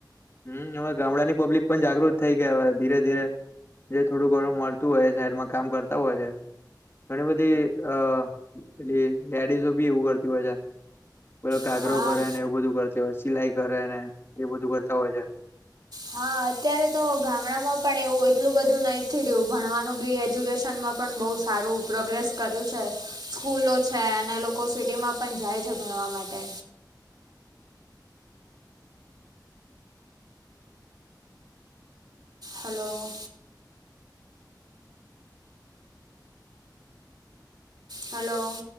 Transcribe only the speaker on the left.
હમ હવે ગામડા ની પબ્લિક પણ જાગૃત થઈ ગયા હવે ધીરે ધીરે જે થોડું ઘણું મળતું હોય સાઈડમાં કામ કરતા હોય છે ઘણી બધી અ પેલી લેડીસ બી એવું કરતી હોય છે પેલો ઘાગરો
ભરે ને એવું બધું કરતી હોય સિલાઈ કરે ને એ બધું કરતા હોય છે